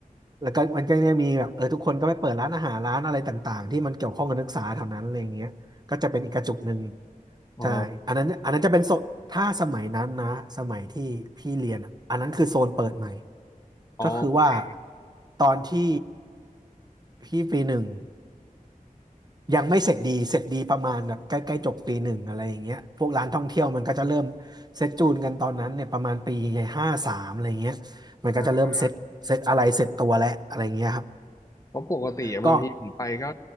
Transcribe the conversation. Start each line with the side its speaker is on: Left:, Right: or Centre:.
Right: แล้วก็มันก็จะมีแบบเออทุกคนก็ไปเปิดร้านอาหารร้านอะไรต่างๆที่มันเกี่ยวข้องกับนักศึกษาแถวนั้นอะไรอย่างเงี้ย ก็จะเป็นอีกกระจุกหนึ่ง
Left: อ๋อ
Right: ใช่อันนั้นอันนั้นจะเป็นโซนถ้าสมัยนั้นนะสมัยที่พี่เรียนอะอันนั้นคือโซนเปิดใหม่
Left: อ๋อโอเค
Right: ก็คือว่าตอนที่พี่ปีหนึ่งยังไม่เสร็จดีเสร็จดีประมาณแบบใกล้ๆจบปีหนึ่งอะไรอย่างเงี้ยพวกร้านท่องเที่ยวมันก็จะเริ่มเซ็ตจูนกันตอนนั้นเนี่ยประมาณปีห้าสามอะไรเงี้ยมันก็จะเริ่มเซ็ตเซ็ตอะไรเสร็จตัวแล้วอะไรเงี้ยครับ
Left: อ่าเพราะปกติอะบางทีผมไปก็
Right: ก็